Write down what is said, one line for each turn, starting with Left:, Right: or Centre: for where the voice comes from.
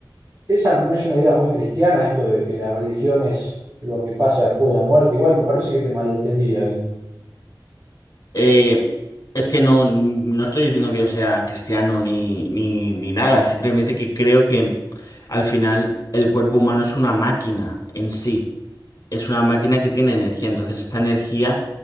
Right: esa no no es una idea muy cristiana, esto de que la religión es lo que pasa después de la muerte. Igual me parece que te malentendí ahí.
Left: Eh, es que no, no estoy diciendo que yo sea cristiano ni, ni, ni nada, simplemente que creo que al final el cuerpo humano es una máquina en sí, es una máquina que tiene energía, entonces esta energía